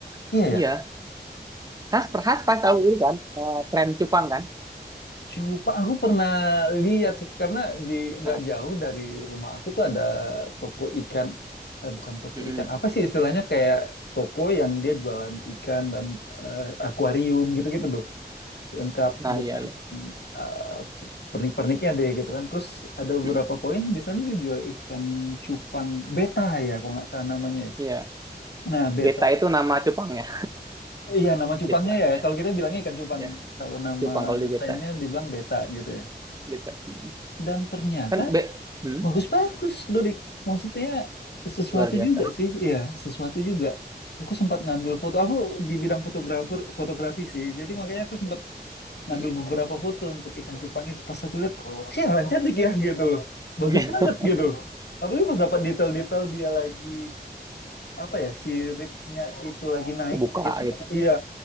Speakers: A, on the left; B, on the right.
A: Iya ya.
B: Iya, khas khas pas tahu ini kan eh, tren cupang kan
A: Cupa, aku pernah lihat sih karena di nggak
B: nah
A: jauh dari rumah aku tuh ada toko ikan. Eh, bukan toko
B: mm-mm.
A: ikan. Apa sih istilahnya kayak toko yang dia jualan ikan dan eh, akuarium gitu-gitu, doh. lengkap
B: nah
A: dengan
B: iya iya
A: eh, pernik-perniknya deh gitu kan. Terus ada beberapa
B: Mm-mm.
A: poin di sana dia jual ikan cupang beta ya, kalau nggak salah namanya ya.
B: iya
A: Nah, beta.
B: beta itu nama cupangnya
A: Iya, nama cupangnya
B: beta
A: ya.
B: ya
A: Kalau kita bilangnya ikan cupang,
B: ya
A: kalau nama
B: cupang kalau di beta
A: sayapnya dibilang beta gitu ya.
B: beta Mm-mm.
A: Dan ternyata
B: kan be Mm,
A: bagus-bagus, Dodik. Maksudnya sesuatu
B: luar biasa
A: juga sih, iya, sesuatu juga. Aku sempat ngambil foto. Aku di bidang fotografer, fotografi sih. Jadi makanya aku sempat ngambil
B: Mm-mm.
A: beberapa foto untuk ikan cupang itu pas aku lihat sialan cantik ya gitu loh bagus
B: Iya.
A: banget
B: <laughs>
A: gitu loh. apalagi pas dapat detail-detail dia lagi apa ya siripnya itu lagi naik
B: kebuka
A: gitu
B: gitu
A: iya